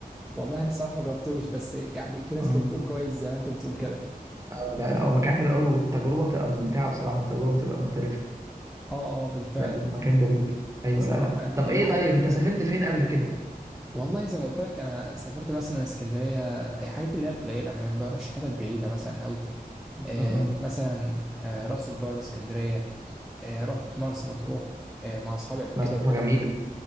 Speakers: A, in the centre; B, on the right.
A: والله انا صراحه ما جربتوش بس يعني في ناس
B: اه
A: كتير بتقول كويس زي ما انت بتقول كده
B: آه، لا لا هو مكان حلو قوي والتجربة بتبقى ممتعة بصراحة التجربة بتبقى مختلفة
A: اه اه بالفعل
B: لا لا، مكان جميل ايوه
A: صراحه
B: لا لا
A: يعني
B: طب
A: الواحد
B: ايه طيب انت سافرت فين قبل كده؟
A: والله زي ما قلت لك انا سافرت مثلا اسكندريه أي حاجات اللي هي القليله ما بروحش حتت بعيده مثلا قوي آه
B: امم
A: مثلا آه راس البر اسكندريه آه رحت مرسى مطروح آه مع اصحابي قبل
B: مرسى
A: كده وكده
B: مطروح جميلة